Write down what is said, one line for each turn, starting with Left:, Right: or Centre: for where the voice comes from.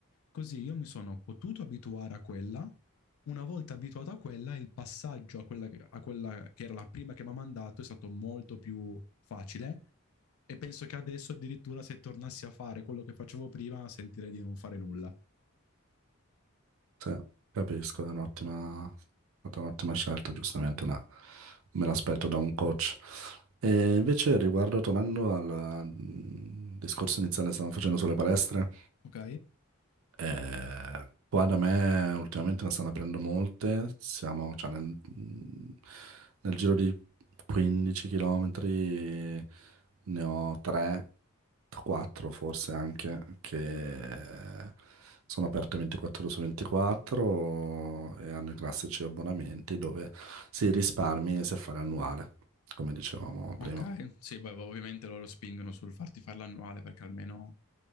Left: Così io mi sono potuto abituare a quella una volta abituato a quella, il passaggio a quella, che- a quella che era la prima che mi ha mandato è stato molto più facile e penso che adesso addirittura se tornassi a fare quello che facevo prima sentirei di non fare nulla.
Right: Sì, capisco, è un'ottima, è stata un'ottima scelta, giustamente una- me l'aspetto da un coach. E invece riguardo, tornando al mm, discorso iniziale che stavamo facendo sulle palestre,
Left: Ok?
Right: Eh, qua da me ultimamente ne stanno aprendo molte, siamo cioè, nel, mm, nel giro di 15 km ne ho 3, 4 forse anche, che sono aperte 24 ore su 24 e hanno i classici abbonamenti dove si risparmi se fare annuale, come dicevamo
Left: Ok,
Right: prima.
Left: sì, beh, ovviamente loro spingono sul farti fare l'annuale perché almeno